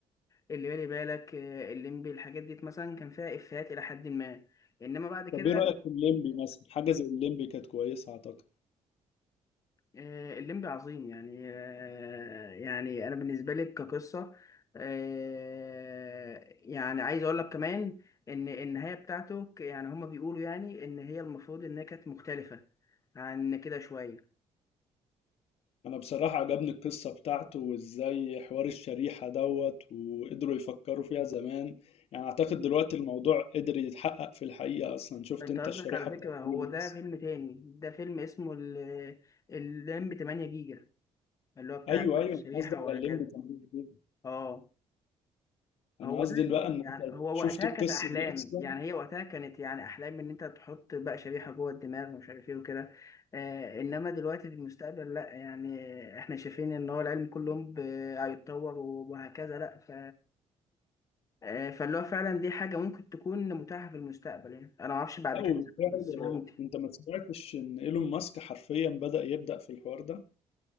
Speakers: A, on the left; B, on the left.
A: اللي بالي بالك آه، الليمبي الحاجات دي مثلا كان فيها افيهات الى حد ما انما بعد كده
B: طب ايه رأيك في الليمبي مثلا حاجة زي الليمبي كانت كويسة اعتقد
A: آه، الليمبي عظيم يعني آه، يعني انا بالنسبه لك كقصه آه، يعني عايز اقول لك كمان ان النهايه بتاعته ك- يعني هما بيقولوا يعني ان هي المفروض انها كانت مختلفه عن كده شويه
B: انا بصراحة عجبني القصة بتاعته وازاي حوار الشريحة دوت وقدروا يفكروا فيها زمان يعني اعتقد دلوقتي الموضوع قدر يتحقق في الحقيقة اصلا شفت
A: انت
B: انت
A: قصدك
B: الشريحة
A: على فكره
B: بتاعت
A: هو
B: كل الناس
A: ده فيلم تاني ده فيلم اسمه ال- الليمبي 8 جيجا اللي هو بتاع
B: ايوه ايوه
A: الشريحة
B: انا قصدي
A: وهكذا
B: على الليمبي تمام جدا
A: اه
B: انا
A: هو
B: قصدي
A: ده
B: بقى ان
A: يعني
B: انت
A: هو
B: شفت
A: وقتها
B: القصة
A: كانت أحلام
B: دي اصلا
A: يعني هي وقتها كانت يعني أحلام إن أنت تحط بقى شريحة جوه الدماغ ومش عارف إيه وكده آه إنما دلوقتي في المستقبل لأ يعني إحنا شايفين إن هو العلم كل يوم ب- هيتطور وهكذا لأ ف آه، فاللي هو فعلا دي حاجة ممكن تكون متاحة في المستقبل يعني أنا معرفش بعد
B: لا
A: كام
B: وبالفعل
A: سنة بس هو
B: آه،
A: ممكن
B: انت ما سمعتش ان ايلون ماسك حرفيا بدأ يبدأ في الحوار ده